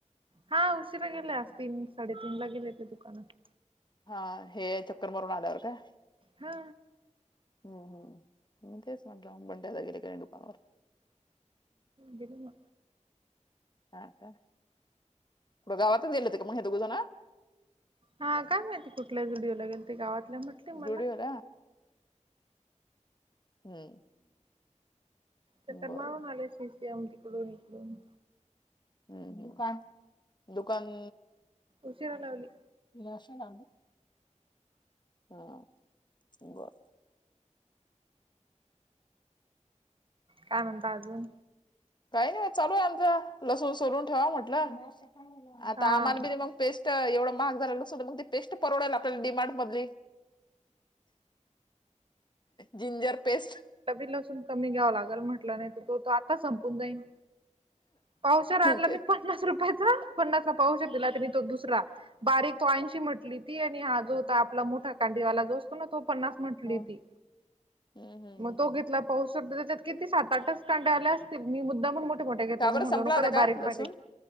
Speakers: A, on the right; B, on the left.
A: हा उशिरा गेले आज, तीन-साडेतीन ला गेले ते दुकानात
B: हा हे चक्कर मारून आल्यावर का?
A: हा.
B: हम्म हम् म काय स ला बंड्या वगैरे का नाही दुकानावर
A: गेले मग
B: हा का? कुठं गावातच गेल होते का म्हग हे दोघजना
A: हा काय माहिती कुठल्या जुडिओला गेल ते गावातल्या म्हटले मला
B: ड्युटीवर हम्म.
A: चक्कर
B: बरोबर.
A: मारून आले, इकडून-तिकडून-इकडून
B: हम्म दुका दुकान
A: उशीर लावली
B: अशी लावली हा ब
A: काय म्हणता अजून?
B: काही नाही चालू आमचं. लसून सोलून ठेवावं म्हटलं आता
A: हा
B: आमार बि मग पेस्ट एवढं महाग झालं नसं मग पेस्ट परवडायला तर डिमार्ट मधली जिंजर पेस्ट
A: तला बी लसून कमी घ्यावं लागल म्हटलं नाही तर तो तो आता संपून जाईन पावशेर आणला
B: ते
A: मी पन्नास रुपयाचा, पन्नास ला पाव तो दुसरा बारीक तो आईशी म्हटंली ती आणि हा जो होता आपला मोठा कांडीवाला जो असतो ना, तो पन्नास म्हंटली
B: हम्म
A: ती.
B: हम्म हम्म
A: मग तो घेतला पाऊस शकतता त्याच्यात किती सात-आठच कांड्या आल्या असतील मी मुद्दामुन म्ह मोठ्या घेतल्या.
B: का बरं
A: मी म्हणलो
B: संपला
A: नको
B: होता
A: त्या
B: काय
A: बारीक-बारीक
B: लसूण